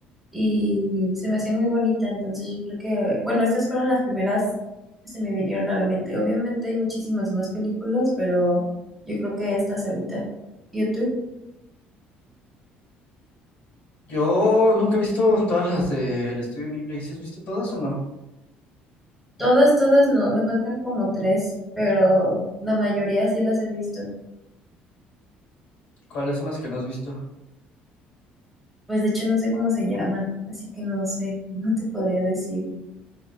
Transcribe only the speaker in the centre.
y se me hacía muy bonita, entonces yo creo que, bueno, estas fueron las primeras que se me vinieron a la mente. Obviamente hay muchísimas más películas, pero yo creo que estas ahorita. ¿Y tú?
Todas, todas no, me faltan como tres, pero la mayoría sí las he visto.
Pues de hecho no sé cómo se llaman, así que no sé, <laughs> no te podría decir.